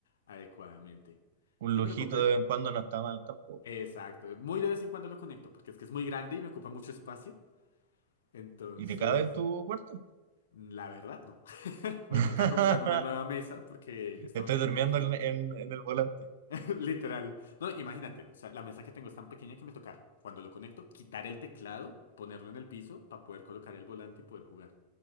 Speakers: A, on the left; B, on the right.
A: adecuadamente.
B: Un
A: Y
B: lujito
A: me lo compré.
B: de vez en cuando no está mal tampoco.
A: Exacto. Muy de vez en cuando lo conecto, porque es que es muy grande y me ocupa mucho espacio. Entonces,
B: ¿Y te cabe en tu cuarto?
A: la verdad, no. <laughs> Me
B: <laughs>
A: toca comprar una nueva mesa, porque esta
B: Estoy
A: mesa
B: durmiendo
A: que tengo es muy
B: en,
A: pequeña.
B: en- en el volante.
A: <laughs> Literal. No, imagínate, o sea, la mesa que tengo es tan pequeña que me toca, cuando lo conecto, quitar el teclado, ponerlo en el piso para poder colocar el volante y poder jugar.